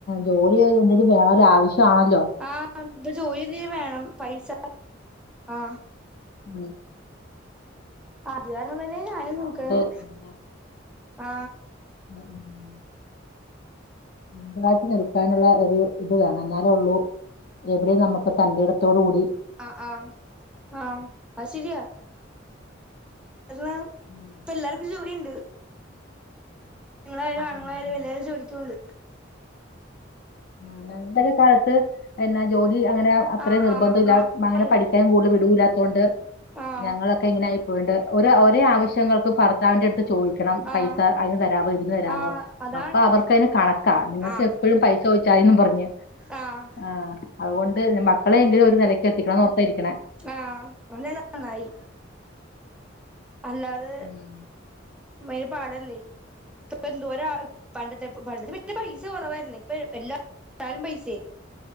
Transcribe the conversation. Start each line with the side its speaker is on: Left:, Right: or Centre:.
Left: ജോലി എന്തിലും വേണല്ലോ ആവശ്യാണല്ലോ?
Centre: ആ ഇപ്പൊ ജോലി എന്തെലും വേണം പൈസ ആ
Left: ഉം.
Centre: അത് കാരണം തന്നെ ഞാനും നോക്കണത്.
Left: അതുകൊണ്ട് അങ്ങനെ
Centre: ആ
Left: <unintelligible> സ്വന്തായിട്ട് നിൽക്കാനുള്ള ഒരു ഇത് വേണം. എന്നാലേ ഉള്ളൂ എവിടെയും നമുക്ക് തന്റേട തോടുകൂടി
Centre: ആ ആഹ് ആഹ് അത് ശരിയാ കാരണം
Left: ഉം,
Centre: ഇപ്പം എല്ലാർക്കും ജോലിണ്ട്. പെണ്ണുങ്ങളായാലും
Left: അതന്നെ
Centre: ആണുങ്ങളായാലും
Left: ആ.
Centre: എല്ലാരും ജോലിക്ക് പോണ്ട്
Left: ആ ഞങ്ങടെ ഒക്കെ കാലത്ത് എന്നാ ജോലി അങ്ങനെ അത്രയും
Centre: ആഹ്
Left: നിർബന്ധം
Centre: ആഹ്
Left: ഇല്ല
Centre: ആഹ്
Left: അങ്ങനെ പഠിക്കാൻ കൂടുതൽ വിടു ഇല്ലാത്തുകൊണ്ട്
Centre: ആഹ്
Left: ഞങ്ങള് ക്കെ ഇങ്ങനായി പോയിണ്ട് ഓരേ ഒരേ ആവശ്യങ്ങൾക്കും ഭർത്താവിന്റെ അടുത്ത് ചോദിക്കണം.
Centre: ആഹ്
Left: പൈസ അതിന് തരാവോ ഇതിന് തരവോ
Centre: ആഹ് അതാണ്
Left: അപ്പൊ
Centre: പ്രശ്നം
Left: അവർക്കതിന് കണക്കാ നിങ്ങൾക്ക്
Centre: ആഹ്
Left: എപ്പോഴും പൈസ ചോദിച്ചായി പറഞ്ഞു
Centre: ആഹ്
Left: ആ അതുകൊണ്ട് മക്കളെങ്കിലും ഒരു നിലക്ക് എത്തിക്കണം എന്ന്ഓർത്തായിരിക്കണേ.
Centre: ആഹ് അവന് നല്ല നന്നായി അല്ലാതെ
Left: ഉം
Centre: പയങ്കരപാടല്ലേ എന്തോര പണ്ടത്തെ പണ്ടത്തെ പിന്നെ പൈസ കുറവായിരുന്നേ ഇപ്പ എല്ലാം പൈസയായി